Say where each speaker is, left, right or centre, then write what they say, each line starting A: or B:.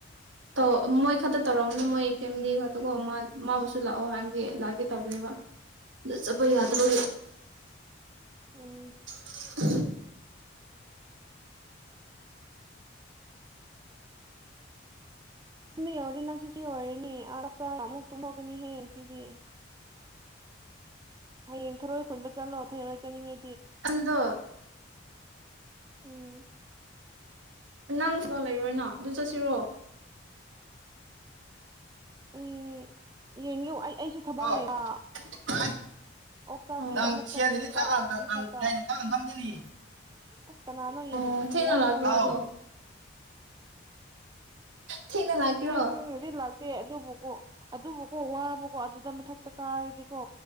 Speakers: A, on the right; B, on the right.
A: ꯇꯧ ꯃꯣꯏ ꯇꯔꯣ ꯃꯅ
B: ꯎꯝ
A: ꯃ ꯏ ꯐꯦꯝꯗꯤ ꯑꯗꯨꯒ ꯃꯥꯕꯨꯁꯨ ꯂꯥꯛꯑꯣ ꯍꯥꯏꯕꯒꯤ ꯂꯥꯛꯑꯒꯦ ꯇꯧꯕꯕ ꯆꯠꯄ ꯌꯥꯗꯕ
B: ꯎꯝ ꯎꯝ
A: <inaudible>
B: ꯌꯧꯔ ꯅꯪꯁꯨ ꯐꯤ ꯑꯣꯏꯔꯦꯅꯤ ꯑꯛꯇ ꯑꯃꯨꯛ ꯇꯨꯝꯍꯣꯛꯀꯅꯤꯍꯦ ꯁꯤꯗꯤ ꯍꯌꯦꯡ ꯊꯔꯣꯏ ꯈꯨꯟꯕ ꯆꯠꯂꯣꯑꯣ ꯊꯩꯔꯣꯏ ꯆꯠꯅꯤꯡꯉꯦ
A: ꯑꯗꯣ
B: ꯎꯝ
A: ꯅꯪꯁꯨꯐ ꯂꯩꯔꯣꯏꯅꯣ ꯑꯗꯨ ꯆꯠꯁꯤꯔꯣ
B: ꯑ ꯌꯦꯡꯉ ꯑꯩꯁꯨ ꯊꯕꯛ
A: ꯑꯣ
B: ꯂꯩꯕ
A: ꯍꯥꯏ
B: ꯑꯛ ꯆꯥꯛ ꯄꯤꯕ
A: ꯅꯪ
B: ꯑꯃꯨꯛ
A: ꯁꯦꯟꯗꯨꯗꯤ
B: ꯆꯥꯒꯅꯦꯕ
A: ꯊꯥꯛꯑ
B: ꯃꯊꯛꯇ
A: ꯅꯪ ꯌꯥꯏꯅ ꯊꯥꯛꯑ ꯉꯝꯗꯅꯤ
B: ꯑꯁ ꯀꯅꯥꯅꯣ ꯌꯥꯝ
A: ꯑꯣ ꯊꯦꯡꯅ
B: ꯋꯥ
A: ꯂꯥꯛꯀꯦꯔꯣ
B: ꯉꯥꯡꯉꯦ
A: ꯑꯗꯣ
B: ꯁꯤ
A: ꯊꯦꯡꯅ ꯂꯥꯛꯀꯦꯔꯣ
B: ꯊꯦꯡ ꯑꯗꯨ ꯂ ꯇꯦ ꯑꯗꯨꯕꯨꯀꯣ ꯑꯗꯨꯕꯨꯀꯣ ꯋꯥꯕꯀꯣ ꯑꯗꯨꯗ ꯃꯊꯛꯇ ꯀꯥꯔꯗꯤꯀꯣ